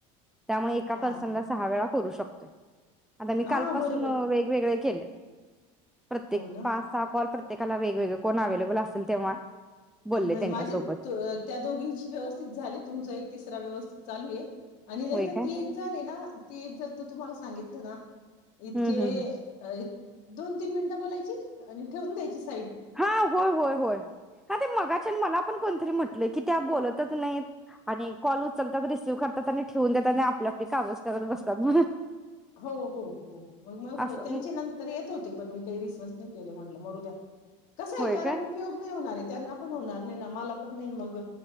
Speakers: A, in the centre; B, on the left.
A: त्यामुळे एका
B: हा
A: पर्सनला सहा वेळा करू शकतो <unintelligible> आता मी
B: हा
A: कालपासून
B: बरोबर
A: वेगवेगळे केले. प्रत्येक
B: हो ना
A: पाच सहा कॉल प्रत काला वेगवेगळ कोण अवेलेबल असल तेव्हा बोलले
B: मय
A: त्यांच्यासोबत
B: माझे <unintelligible> त्या दोघींशी व्यवस्थित झाले, तुमचा एक तिसरा व्यवस् चालू ये. आणि नई
A: होय
B: तर
A: काय
B: ती एक जण ये ना, ती एक जण तर तुम्हाला सा सांगितलं ना इतके
A: हम्म हम्म
B: अ इत दोन तीन मिनिटं बोलायची आणि ठेवून द्यायची स
A: हा होय होय होय, हा ते मगाच्यान मला पण कोणतरी म्हटल की त्या बोलतच नईत आणि कॉल उचलतात, रिसिव्ह करतात आणि ठेउन देतात आणि आपली आपली कामच करत बसतात म्हणून
B: हो हो हो मग मग
A: असं
B: त्यांचे नंतर येत होते, पण मी काही रिसीव्हच नाही केले म्हट ल मरू द्या. कसं
A: होय
B: ये कारण
A: काय
B: उपयोग नई होणार ये. त्यांना पण होणार नई ना, मला पण नई न मग